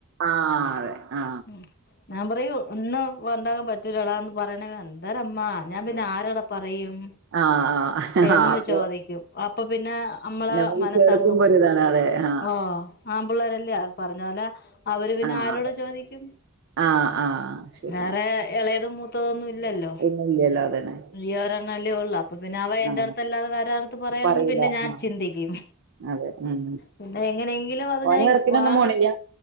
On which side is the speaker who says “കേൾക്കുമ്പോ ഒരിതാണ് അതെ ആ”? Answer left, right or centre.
Right